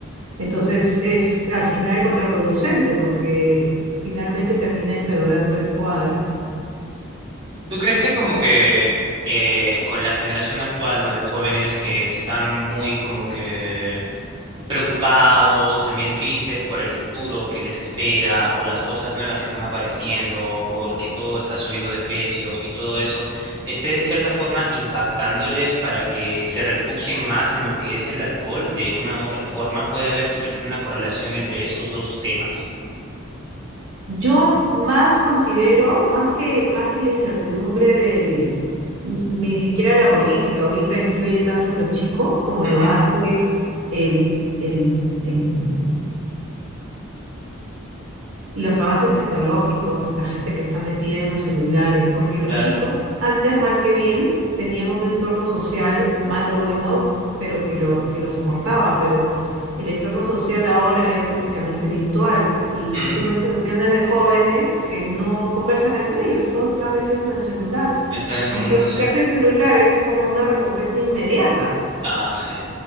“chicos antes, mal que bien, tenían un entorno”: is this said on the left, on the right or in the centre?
Right